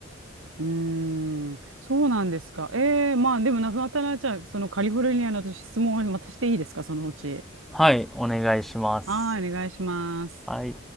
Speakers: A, on the right; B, in the centre.
A: うーん、そうなんですか。ええまあでもなくなったら、じゃあ、そのカリフォルニアの私質問をまたしていいですか、そのうち。
B: はい、お願いします。
A: はい、お願いします。
B: はい。